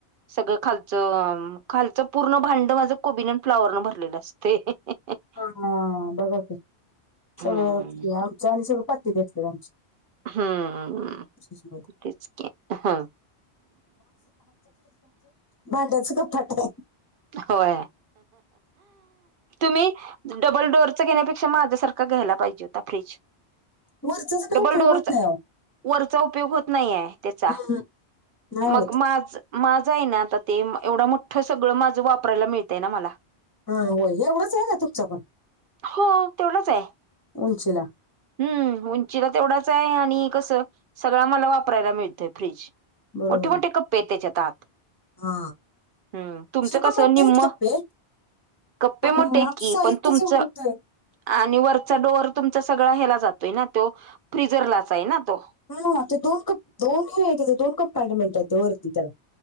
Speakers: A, on the right (about 60°); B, on the left (about 20°).
A: सगळं खालचं खालचं पूर्ण भांड माझ कोबीन फ्लावर न भरलेलं असत ते <unintelligible>
B: हा हा बघा ते
A: हम्म
B: सगळंच की आमचं आणि सगळ पातेली आसतीया आमची
A: हम्म
B: फ्रीज मध्ये
A: तेच की हं
B: भांड्याच का <unintelligible>
A: होय तुम्ही डबल डोअरच घेण्यापेक्षा माझ्यासारखा घ्यायला पाहिजे होता फ्रीज
B: वरचचा काही
A: डबल
B: उपयोग
A: डोअरचा
B: होत नाही आव
A: वरचा उपयोग होत नाहीये त्याचा
B: हम्म, नाही
A: मग
B: होत
A: माझ माझं आहे ना आता ते एवढं मोठ्ठ सगळं माझं वापरायला मिळतंय ना मला
B: हा होय एवढंच आहे का तुमचं पण
A: हो तेवढंच आहे
B: उंचीला
A: हम्म उंचीला तेवढाच आहे आणि कसं सगळा मला वापरायला मिळतंय फ्रीज
B: बरोबर
A: मोठे मोठे
B: आहे
A: कप्पे आहेत तेच्यात आत
B: हा
A: हम्म तुमचं
B: <unintelligible>
A: कसं
B: मोठे
A: निम्म
B: आहेत कप्पे
A: कप्पे
B: पण
A: मोठे
B: आमचं
A: आहेत की
B: साहित्यच
A: पण तुमचं
B: एवढं होतंय
A: आणि वरचा डोअर तुमचा सगळा ह्याला जातोय ना त्यो फ्रिजरलाच आहे ना तो
B: हा हा ते दोन क दोनही आहे त्या दोन कंपार्टमेंट आहे त्या वरती त्याला